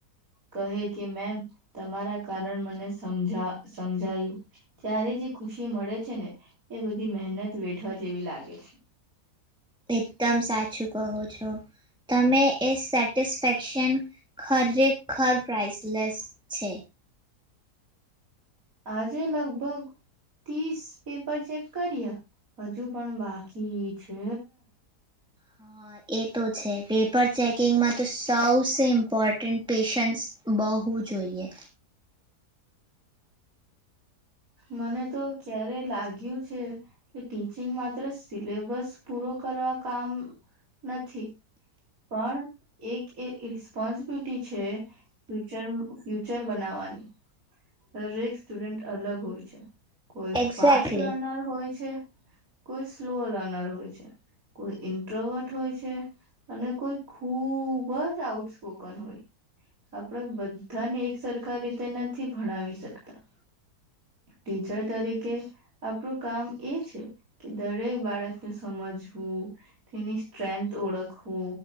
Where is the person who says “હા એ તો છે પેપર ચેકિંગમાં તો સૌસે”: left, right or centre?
Centre